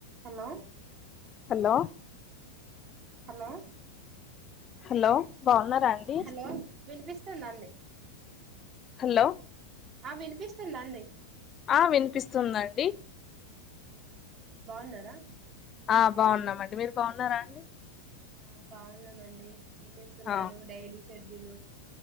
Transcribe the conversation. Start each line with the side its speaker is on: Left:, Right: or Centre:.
Right: Hello
Left: hello
Right: hello
Left: hello బాగున్నారా అండి
Right: hello వినిపిస్తుందా అండి.
Left: హలో
Right: ఆ వినిపిస్తుందా అండి
Left: ఆ వినిపిస్తుందండి
Right: ఆ చెప్పండి బాగున్నారా
Left: ఆ బాగున్నామండి మీరు బాగున్నారా అండి
Right: ఆ బాగున్నాం అండి ఏం జేస్తున్నారు
Left: ఆ
Right: డైలీ షెడ్యూల్